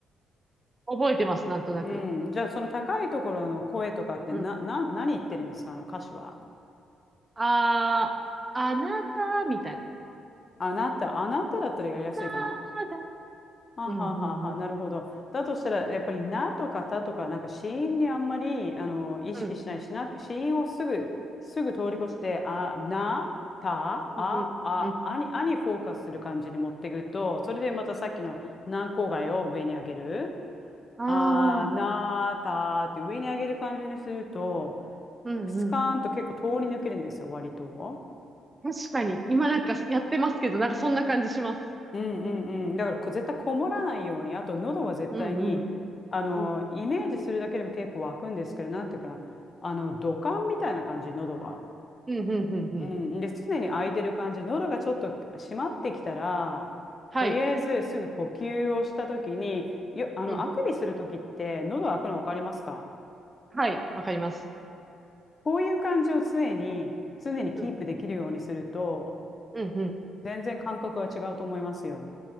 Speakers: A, on the right; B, on the left.
A: 覚えてます、なんとなく。
B: うん、じゃあその高いところの声とかってな、
A: うん。
B: な、何言ってるんですか、あの歌詞は。
A: あー、あなた、みたいな。
B: あなた、あなただったらやりやすいかな。
A: ただ、
B: はあはははなるほど。
A: うん、うん、うん。
B: だとしたら、やっぱり、なとかたとか、なんか、子音にあんまり、あの、意識しないしな、
A: うん、
B: 子音をすぐ、すぐ通り越して、あ、な、た、
A: うん、
B: あ、
A: うん。
B: あ、
A: うん
B: あに、あにフォーカスする感じに持っていくと、それでまたさっきの軟口蓋を上に上げる。あ、
A: ああ
B: な、たって上に上げる感じにすると、
A: ー、うん、
B: スカーンと結構通り抜けるんですよ、
A: うん。
B: 割と。
A: 確かに、今なんかやってますけど、なんかそんな感じします。
B: うんうんうん。だからこ絶対こもらないように、あと喉は絶対に、
A: うん、うん。
B: あの、
A: うん、
B: イメージするだけでも結構湧くんですけど、なんていうかな、あの、土管みたいな感じ、喉は。
A: うん、うん、うん、うん。
B: うん。で、常に開いてる感じ、喉がちょっと閉まってきたら、
A: はい。
B: とりあえずすぐ呼吸をしたときに、よ、あの、
A: うん。
B: あくびするときって、喉開くの分かりますか
A: はい。わかります。
B: こういう感じを常に、常にキープできるようにすると、
A: うん、うん、う
B: 全然感覚は違うと思いますよ。